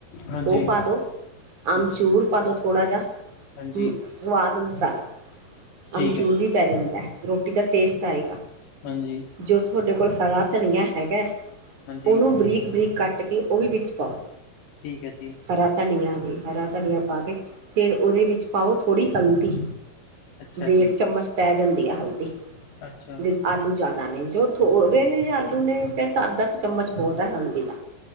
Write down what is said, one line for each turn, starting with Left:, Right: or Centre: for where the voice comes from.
Left: ਹਾਂਜੀ
Right: ਉਹ ਪਾ ਦੋ ਅਮਚੂਰ
Left: ਅੱਛਾ
Right: ਪਾ ਦੋ ਥੋੜ੍ਹਾ ਜਾ,
Left: ਹਾਂਜੀ
Right: ਸਵਾਦ ਅਨੁਸਾਰ,
Left: ਠੀਕ
Right: ਅਮਚੂਰ
Left: ਹੈ
Right: ਵੀ ਪੈ ਜਾਂਦਾ ਹੈ, ਰੋਟੀ ਦਾ ਟੇਸਟ ਤਾ ਆਏਗਾ।
Left: ਹਾਂਜੀ।
Right: ਜੋ ਤੁਹਾਡੇ ਕੋਲ ਹਰਾ ਧਨੀਆ ਹੈਗਾ,
Left: ਹਾਂਜੀ
Right: ਉਹਨੂੰ ਬਰੀਕ ਬਰੀਕ ਕੱਟ ਕੇ ਉਹ ਵੀ ਵਿੱਚ ਪਾਓ।
Left: ਠੀਕ ਹੈ ਜੀ
Right: ਹਰਾ ਧਨੀਆ ਵੀ ਹਰਾ ਧਨੀਆ ਪਾ ਕੇ, ਫੇਰ ਉਹਦੇ ਵਿੱਚ ਪਾਓ ਥੋੜ੍ਹੀ ਹਲਦੀ
Left: ਅੱਛਾ
Right: ਡੇਢ
Left: ਜੀ
Right: ਚਮਚ ਪੈ ਜਾਂਦੀ ਆ ਹਲਦੀ,
Left: ਅੱਛਾ
Right: ਨ ਆਲੂ ਜ਼ਿਆਦਾ ਨਹੀਂ ਜੋ ਥੋੜੇ ਨੇ ਆਲੂ ਨੇ ਫਿਰਰ ਤਾਂ ਅੱਧਾ ਕੁ ਚਮਚ ਬਹੁਤ ਹੈ ਹਲਦੀ ਦਾ